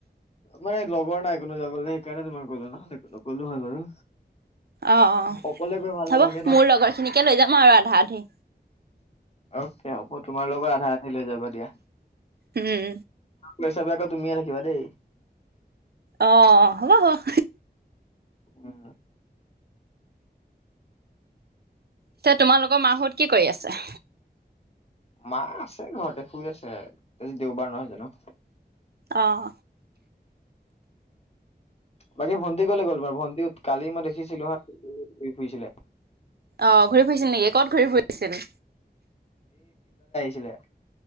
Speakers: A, on the left; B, on the right.
A: মানে লগৰ নাই কোনো যাবলে সেইকাৰণে তোমাক ক'লো নহলে নক'লো হয় বাৰু
B: অ অ
A: অকলে গৈ ভাল
B: হব
A: নালাগে ন
B: মোৰ লগৰ খিনিক কে লৈ যাম আৰু আধা আধি
A: অকে হ'ব তোমাৰ লগৰ আধা আধি লৈ যাবা দিয়া
B: উম,
A: পইচাবিলাকো তুমিয়ে ৰাখিবা দেই।
B: অ হ'ব হ'ব।
A: উম।
B: পিছে তোমালোকৰ মাহঁত কি কৰি আছে?
A: মা আছে ঘৰতে শুই আছে, আজি দেওবাৰ নহয় জানো।
B: অহ।
A: বাকী ভণ্টি ক'লে গ'ল বা ভণ্টিহঁত? কালি মই দেখিছিলো হা খুইছিলে।
B: অ ঘূৰি ফুৰিছিল নেকি ক'ত ঘূৰি ফুৰিছিল?
A: চিলে।